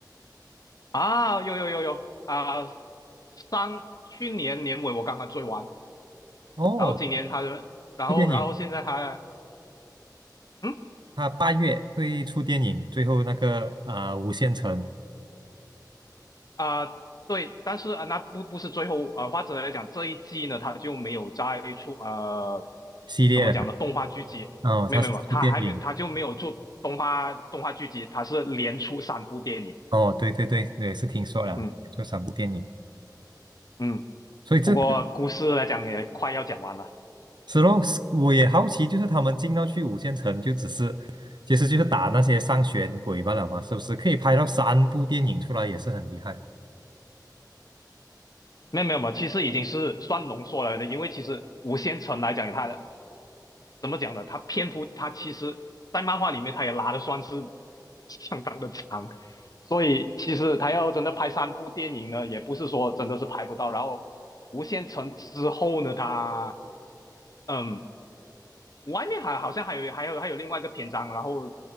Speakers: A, on the left; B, on the right.
A: 啊？有有有有啊，呃上去年年尾我刚刚追完，
B: 哦，
A: 然后今年他，然后然后现在他，
B: 出电影，
A: 嗯。
B: 他八月会出电影，最后那个啊、呃无限城
A: 啊、对，但是啊、那不不是最后啊、呃或者来讲这一季呢，他就没有再出呃，
B: 系列了，
A: 怎么讲呢？动画剧集，
B: 哦，
A: 没有没有，
B: 他是出电影，
A: 没有他还没有，他就没有做动画动画剧集，他是连出三部电影。
B: 哦，对对对，我也是听说了，
A: 嗯
B: 做三部电影。
A: 嗯，
B: 所以这个
A: 不过故事来讲也快要讲完了。
B: 是咯，我也好奇，就是他们进到去五线城，就只是其实就是打那些上弦鬼罢了嘛，是不是？可以拍到三部电影出来，也是很厉害。
A: 没有没有，没有其实已经是算浓缩了的，因为其实《无限城》来讲，它怎么讲呢？他篇幅他其实，在漫画里面他也拉的算是相当的长，所以其实他要真的拍三部电影呢，也不是说真的是拍不到。然后《无限城》之后呢，他嗯，外面还好像还有还有还有另外一个篇章，然后